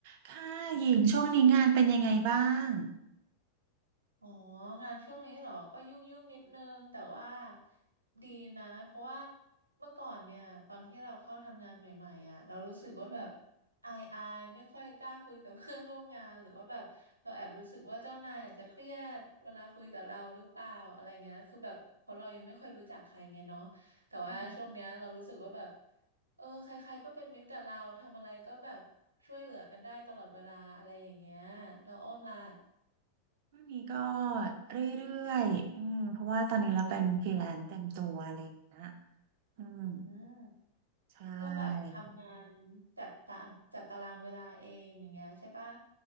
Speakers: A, on the right (about 50°); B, on the right (about 80°).
A: ค่ะหญิงช่วงนี้งานเป็นยังไงบ้าง
B: อ๋องานช่วงนี้เหรอก็ยุ่งยุ่งนิดนึงแต่ว่าดีนะเพราะว่าเมื่อก่อนเนี่ยตอนที่เราเข้าทำงานใหม่ๆอ่ะเรารู้สึกว่าแบบ
A: อืม
B: อายอายไม่ค่อยกล้าคุยกับเพื่อนร่วมงานหรือว่าแบบเราแอบรู้สึกว่าเจ้านายอาจจะเครียดเวลาคุยกับเราหรือเปล่าอะไรเงี้ยคือแบบเพราะเรายังไม่ค่อยรู้จักใครไงเนาะแต่ว่าช่วงเนี้ยเรารู้สึกว่าแบบ
A: อืม
B: เออใครๆก็เป็นมิตรกับเราทำอะไรก็แบบช่วยเหลือกันได้ตลอดเวลาอะไรอย่างเงี้ยเราอ้อนล่ะ
A: ช่วงนี้ก็เรื่อยๆอืมเพราะว่าตอนนี้เราเป็นฟรีแลนซ์เต็มตัวอะไรอย่างเงี้ยอืม
B: อืม
A: ใช่
B: ก็แบบทำงานจัดตาจัดตารางเวลาเองอย่างเงี้ยใช่ปะ